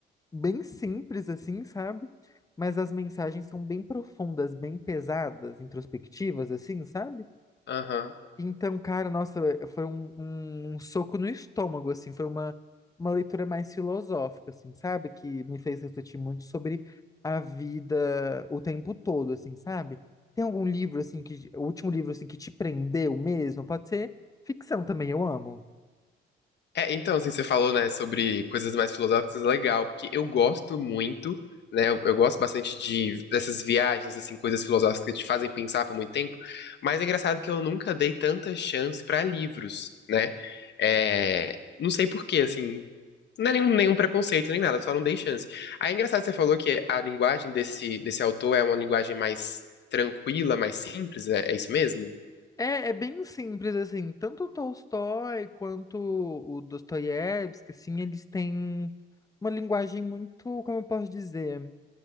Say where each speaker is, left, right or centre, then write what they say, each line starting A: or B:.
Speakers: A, on the left; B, on the left.
A: bem simples, assim, sabe? Mas as mensagens são bem profundas, bem pesadas, introspectivas, assim, sabe?
B: Aham.
A: Então, cara, nossa, eh, foi um, um, um soco no estômago, assim, foi uma, uma leitura mais filosófica, assim, sabe? Que me fez refletir muito sobre a vida o tempo todo, assim, sabe? Tem algum livro, assim, que, o último livro, assim, que te prendeu mesmo? Pode ser ficção também, eu amo.
B: É, então, assim, você falou, né, sobre coisas mais filosóficas, legal, porque eu gosto muito, né, eu, eu gosto bastante de dessas viagens, assim, coisas filosóficas que te fazem pensar por muito tempo, mas é engraçado que eu nunca dei tanta chance pra livros, né, é, não sei por quê, assim, não é nenhum, nenhum preconceito, nem nada, só não dei chance. Aí é engraçado que você falou que a linguagem desse, desse autor é uma linguagem mais tranquila, mais simples, é, é isso mesmo?
A: É, é bem simples, assim, tanto o Tolstói quanto o Dostoiévski, assim, eles têm uma linguagem muito, como eu posso dizer?